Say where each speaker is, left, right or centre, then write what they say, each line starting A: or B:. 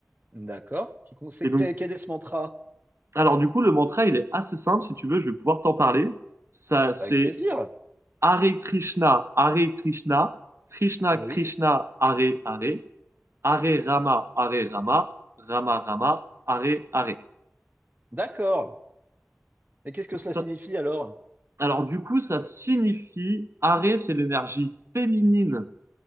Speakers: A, on the right; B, on the right.
A: D'accord. Qui, con- c'est-
B: Et donc,
A: quel quel est ce mantra?
B: alors du coup, le mantra, il est assez simple. Si tu veux, je vais pouvoir t'en parler. Ça, c'est
A: Avec plaisir.
B: Hare Krishna, Hare Krishna, Krishna
A: Oui.
B: Krishna, Hare Hare, Hare Rama, Hare Rama, Rama Rama, Hare Hare.
A: D'accord. Et qu'est-ce que
B: Donc
A: cela
B: ça-
A: signifie alors?
B: alors du coup, ça signifie, Hare, c'est l'énergie féminine